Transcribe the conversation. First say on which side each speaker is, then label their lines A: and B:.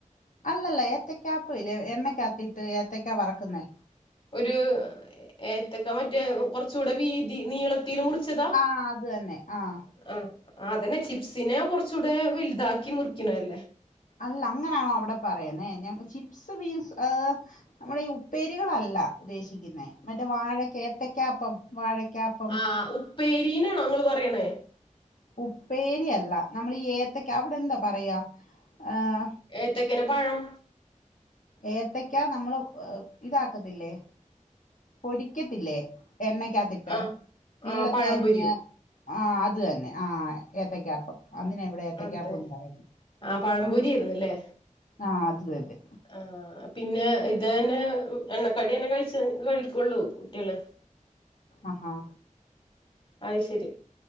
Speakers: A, on the left; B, on the left.
A: അല്ലല്ലാ ഏത്തക്കാപ്പ ഇല്ലേ എണ്ണക്കാത്തിട്ട് ഏത്തക്കാ വറക്കുന്നേ
B: ഒരു ഏത്തക്കാ മറ്റേ കൊറച്ചൂടെ വീതി നീളത്തിൽ മുറിച്ചതാ
A: ആഹ് അത് തന്നെ ആഹ്
B: ആഹ് അതന്നെ ചിപ്സിനെ കൊറച്ചൂടെ വലുതാക്കി മുറിക്കണെ അല്ലേ
A: അല്ലാ അങ്ങനാണോ അവിടെ പറയുന്നേ ഞങ്ങ് ചിപ്സ് മീൻസ് ഏഹ് നമ്മളെ ഈ ഉപ്പേരികളല്ലാ ഉദ്ദേശിക്കുന്ന മറ്റേ വാഴക്ക ഏത്തക്കാപ്പം വാഴക്കാപ്
B: ആഹ് ഉപ്പേരീനാണോ ഇങ്ങള് പറയണേ
A: ഉപ്പേരിയല്ല നമ്മള് ഈ ഏത്തക്ക അവിടെ എന്താ പറയാ? ഏഹേ
B: ഏത്തക്കേനെ പഴം
A: ഏത്തക്കാ നമ്മള് ഇതാക്കത്തില്ലേ? പൊരി ക്കത്തില്ലേ എണ്ണക്കാത്തിട്ട്
B: ആഹ്
A: നീളത്തി
B: ആഹ് പഴംപൊരിയോ
A: അരിഞ്ഞ് ആഹ് അത് തന്നെ ആ ഏത്തയ്ക്കപ്പം അതിനെ ഇവിടെ ഏത്തക്കപ്പം
B: അതെ
A: എന്ന് പറയുന്നെ
B: ആഹ് പഴംപൊരിയേര്ന്ന് ല്ലേ?
A: ആഹ് അത് തന്നെ
B: ആഹ് പിന്നെ ഇത് തന്നെ എണ്ണക്കടിയന്നെ കഴിച്ച കഴിക്കൊള്ളൂ കുട്ടിയള്?
A: ആഹാ
B: അഹ് ശരി